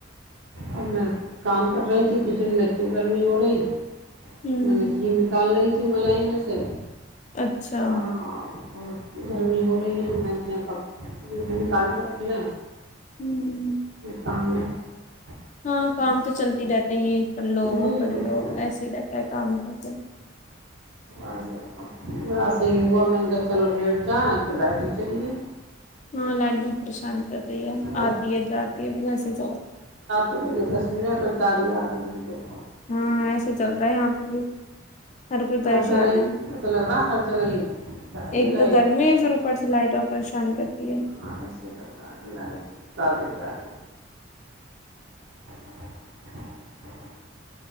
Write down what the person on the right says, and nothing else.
اب میں کام کر رہی تھی کچن میں اتنی گرمی ہو رہی
مطل نے گی نکال ل <inaudible> تملائی میں سے
ہاں بہت گرمی ہو رہی ہے میں نے کب یہ بھی نکال کے رکھ ل
م کاان ہے <unintelligible>
ہمم
اب ذرا صحیح ہوا میں نے کہا چلو لیٹ جائیں تو لائٹ ہی چلی گئی
بس
تو یہ دس منٹ اور جا رہ ہے آدھا گھنٹے پ
جگہ ہی
ایسا لگ رہا ہے ہر جگہ ہی جا رہی
ہے لائٹ
ہاںاں ایسے لگ رہا ہے زیادہ ج رہی <inaudible>